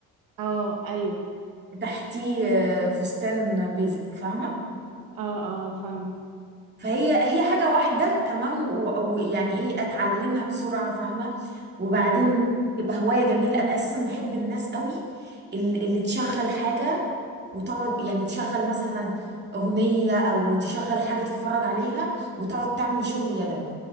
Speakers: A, on the right; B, on the right.
A: اه ايوه
B: تحتيه آه، فستان بيزك فاهمه
A: اه اه فاهمه
B: فهي هي حاجة واحدة تمام و- ويعني ايه اتعلمها بسرعة فاهمة وبعدين
A: امم
B: تبقى هواية جميلة انا اساسا بحب الناس قوي ال- اللي تشغل حاجة وتقعد يعني تشغل مثلا اغنية او تشغل حاجة تتفرج عليها وتقعد تعمل شغل يدوي